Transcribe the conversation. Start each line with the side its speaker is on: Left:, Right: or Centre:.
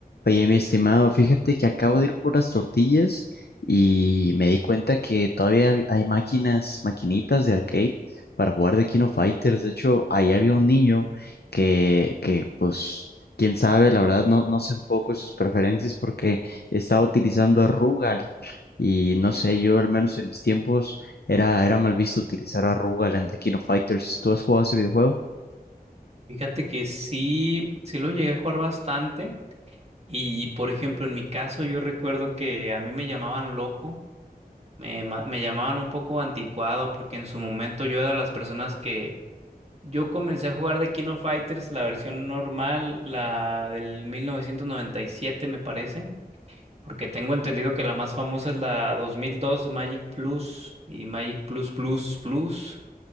Left: Oye, mi estimado, fíjate que acabo de ir por las tortillas y me di cuenta que todavía hab- hay máquinas, maquinitas de arcade para jugar de Kino Fighters. De hecho, ahí había un niño que, que pues, quién sabe, la verdad no, no sé un poco de sus preferencias porque estaba utilizando a Rugal y no sé, yo al menos en mis tiempos era, era mal visto utilizar a Rugal en The Kino Fighters. ¿Tú has jugado ese videojuego?
Right: Fíjate que sí, sí lo llegué a jugar bastante y por ejemplo en mi caso yo recuerdo que a mí me llamaban loco, me, ma- me llamaban un poco anticuado porque en su momento yo era de las personas que yo comencé a jugar de Kino Fighters, la versión normal, la del 1997 me parece, porque tengo entendido que la más famosa es la 2002 Magic Plus y Magic Plus Plus Plus.